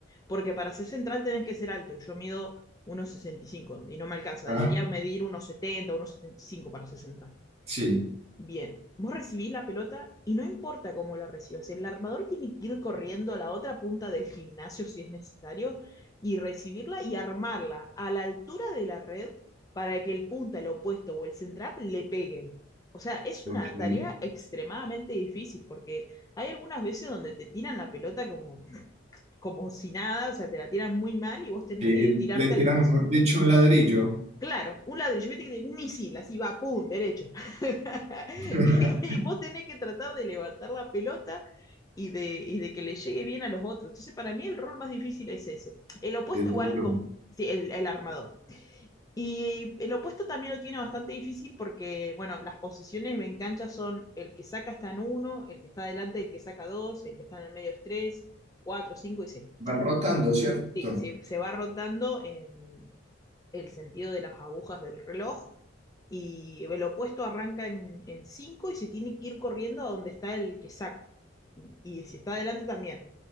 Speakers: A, on the left (about 20°); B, on the right (about 35°).
A: Porque para ser central tenés que ser alto y yo mido uno sesenta y cinco y no me alcanza.
B: ah,
A: Debería medir uno setenta uno setenta y cinco para ser central.
B: sí,
A: Bien, vos recibís la pelota y no importa cómo la recibas, el armador tiene que ir corriendo a la otra punta del gimnasio si es necesario y recibirla y armarla a la altura de la red para que el punta, el opuesto o el central le peguen. O sea, es
B: ok.
A: una tarea extremadamente difícil porque hay algunas veces donde te tiran la pelota como, como si nada, o sea, te la tiran muy mal y vos tenés
B: Sí,
A: que tirarte
B: le tiran,
A: al piso
B: mejor dicho, un ladrillo.
A: Claro, un ladrillo, viste que tiene un misil, así va, pum, derecho. <laughs>
B: <laughs>
A: Y, y vos tenés que tratar de levantar la pelota y de, y de que le llegue bien a los otros. Entonces, para mí el rol más difícil es ese. El opuesto
B: Es
A: igual
B: duro.
A: con sí, el, el armador. Y el opuesto también lo tiene bastante difícil porque, bueno, las posiciones en cancha son el que saca está en uno, el que está adelante, el que saca dos, el que está en el medio es tres, cuatro, cinco y seis.
B: Van rotando, ¿cierto?
A: Sí, se, se va rotando en el sentido de las agujas del reloj y el opuesto arranca en, en cinco y se tiene que ir corriendo a donde está el que saca. Y si está adelante también.